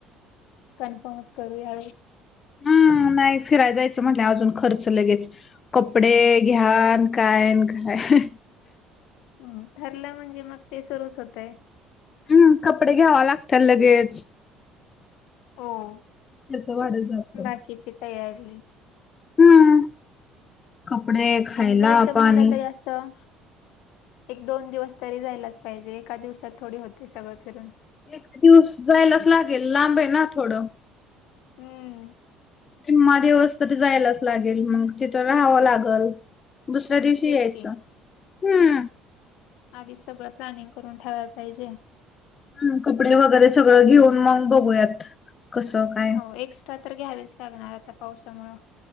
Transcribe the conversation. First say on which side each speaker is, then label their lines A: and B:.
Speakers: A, on the left; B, on the left.
A: कन्फर्मच करू यावेळेस.
B: हम्म, नाही फिराय जायचं म्हटल्यावर अजून खर्च लगेच. कपडे घ्या अन काय अन काय.
A: हम्म, ठरलं म्हणजे मग ते सुरूच होतंय.
B: हम्म, कपडे घ्यावा लागत्याल लगेच.
A: हो,
B: खर्च वाढत जातोय.
A: बाकीची तयारी
B: हम्म कपडे खायला
A: आणि जायचं म्हणलं
B: पाणी
A: तरी असं एक दोन दिवस तरी जायलाच पाहिजे, एका दिवसात थोडी होतंय सगळं फिरून.
B: एक दिवस जायलाच लागेल लांब आहे ना थोडं.
A: हम्म.
B: निम्मा दिवस तरी जायलाच लागेल मग तिथं राहावं लागलं. दुसऱ्या दिवशी
A: तेच
B: यायचं,
A: की
B: हम्म.
A: आधीच सगळं प्लॅनिंग करून ठेवाय पाहिजे.
B: हम्म, कपडे वगैरे सगळं घेऊन मग बघूयात. कसं काय
A: हो एक्स्ट्रा तर घ्यावेच लागणार आता पावसामुळं.